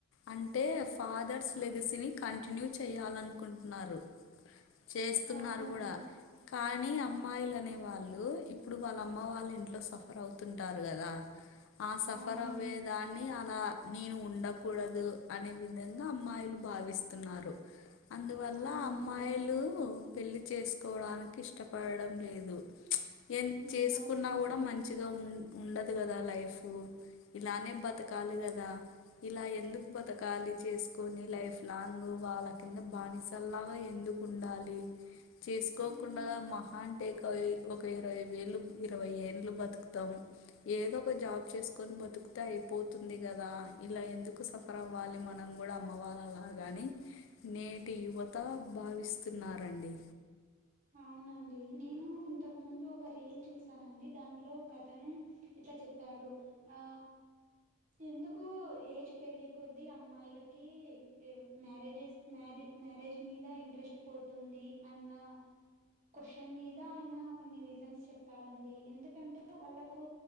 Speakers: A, on the left; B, on the right.
A: అంటే ఫాదర్స్ లెగసీని కంటిన్యూ చేయాలనుకుంటున్నారు చేస్తున్నారు
B: అవునండి.
A: కూడా కానీ అమ్మాయిలు అనే వాళ్ళు ఇప్పుడు వాళ్ళ అమ్మ వాళ్ళ ఇంట్లో సఫర్ అవుతుంటారు కదా ఆ సఫర్
B: అవునండి.
A: అవ్వేదని అని అలా నేను ఉండకూడదు అనే విధంగా అమ్మాయిలు భావిస్తున్నారు అందువల్ల
B: అవునండి.
A: అమ్మాయిలు పెళ్లి చేసుకోవడానికి ఇష్టపడడం లేదు ఎన్
B: నిజమే
A: చేసుకున్నా
B: అండి.
A: గూడ మంచిగా ఉ ఉండదు గదా లైఫ్ ఇలానే బతకాలి గదా ఇలా ఎందుకు బతకాలి చేసుకొని లైఫ్ లాంగ్ వాళ్ళ కింద బానిసలాగా ఎందుకు కుండాలీ చేసుకోకుండా
B: హ్మ్
A: మహా అంటే ఒక ఇరవై వేలు ఇరవై ఏ నువ్ బతుకుతావ్ ఏదో ఒక జాబ్ చేసుకొని బతుకితే అయిపోతుంది గదా ఇలా ఎందుకు స సఫర్ అవ్వాలి మనం గుడా అమ్మవళ్ళ లాగానే నేటి యువత భావిస్తున్నారండి
B: అవునండి నేను ఇంతకు ముందు ఒక రీల్ చూసానండి దాంట్లో ఒక అతను ఇట్లా చెప్పాడు ఆ ఎందుకు ఏజ్ పెరిగే కొద్దీ అమ్మాయిలకి ఈవ్ మ్యారేజెస్ మ్యారే మ్యారేజ్ మీద ఇంట్రెస్ట్ పోతుంది అన్న క్వశ్చన్ మీద ఆయన కొన్ని రీజన్స్ చెప్పాలాండి ఎందుకంటే వాళ్ళకు